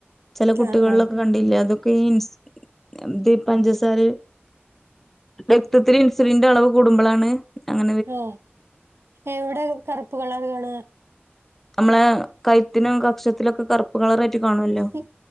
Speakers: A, in the centre; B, on the right.
A: ചില കുട്ടികളിലൊക്കെ
B: ആ ആ
A: കണ്ടില്ലെ അതൊക്കെ ഈ ഇൻ ദി പഞ്ചസാരെ രക്തത്തില് ഇൻസുലിന്റെ അളവ് കൂടമ്പളാണ് അങ്ങ
B: ആ എവടെ കറ്പ്പ് കളറ് കാണ
A: നമ്മളെ കഴ്ത്തിനും കക്ഷത്തിലൊക്കെ കറ്പ്പ് കളറ ട്ട് കാണോല്ലോ
B: ഈ